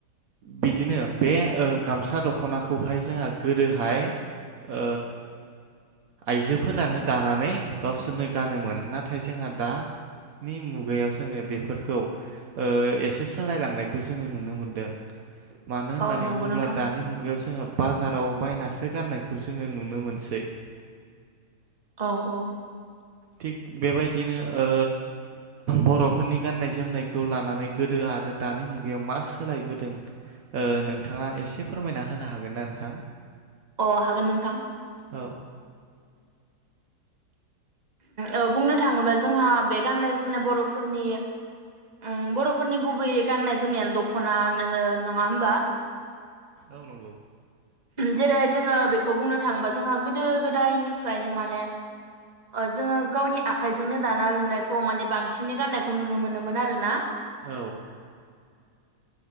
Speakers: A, on the right (about 65°); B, on the right (about 30°).
A: बिदिनो बे ओ गामसा दख'नाखौहाय जोंहा गोदोहाय ओ आइजोफोरानो दानानै गावसोरनो गानोमोन नाथाय जोंहा दानि मुगायाव जोङो बेफोरखौ ओ एसे सोलायलांनायखौ जोङो नुनो मोनदों। मानो होननानै
B: औ नंगौ
A: बुङोब्ला
B: नोंथां
A: दानि मुगायाव जोङो बाजाराव बायनासो गाननायखौ जोङो नुनो मोनसै।
B: औ औ
A: थिग बेबायदिनो ओ बर'फोरनि गाननाय जोमनायखौ लानानै गोदो आरो दानि मुगायाव मा सोलायबोदों ओ नोंथाङा एसे फोरमायना होनो हागोन ना नोंथां?
B: अ हागोन नोंथां।
A: औ
B: औ बुंनो थाङोब्ला जोंहा बे गाननाय जोमनाय बर'फोरनि ओम बर'फोरनि गुबै गाननाय जोमनायानो दख'ना नङा होमबा
A: औ नंगौ
B: जेरै जोङो बेखौ बुंनो थाङोबा जोंहा गोदो गोदायनिफ्रायनो माने ओ जोङो गावनि आखाइजोंनो दाना लुनायखौ माने बांसिनै गाननायखौ नुनो मोनोमोन आरोना।
A: औ